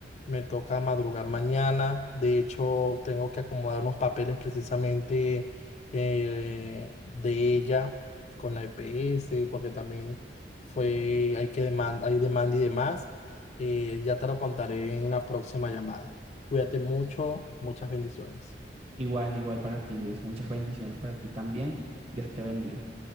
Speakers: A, on the left; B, on the right.
A: Me toca madrugar mañana. De hecho, tengo que acomodar unos papeles precisamente eh, de ella con la E P S porque también fue, hay que demanda, hay demanda y demás. Eh, ya te lo contaré en una próxima llamada. Cuídate mucho, muchas bendiciones.
B: Igual, igual para ti, Luis. Muchas bendiciones para ti también. Dios te bendiga.